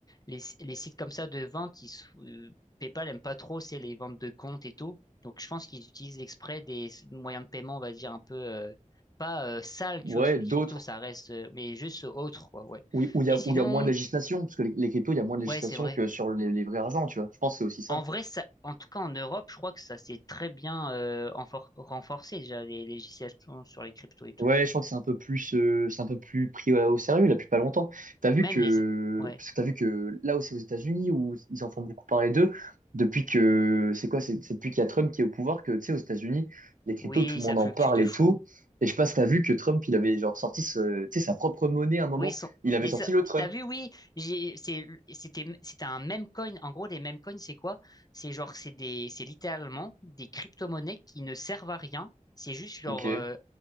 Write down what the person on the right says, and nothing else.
ouais,
d'autres
où où il y
a,
où il y a moins de législation, parce que les, les cryptos, il y a moins de législation
que sur les, les vrais argents, tu vois. Je pense que c'est aussi ça.
Ouais, je crois que c'est un peu plus, euh, c'est un peu plus pris euh, au sérieux là depuis pas longtemps. T'as vu
que,
parce que t'as vu que là aussi aux États-Unis où ils en font beaucoup parler d'eux depuis que c'est quoi, c'est c'est depuis qu'il y a Trump qui est au pouvoir que tu sais aux États-Unis les cryptos
tout le
monde
en parle
et
tout. Et je sais pas si t'as vu que Trump il avait genre sorti ce, tu sais, sa propre monnaie à un moment.
Il avait
sorti
le Trump.
Ok. Mais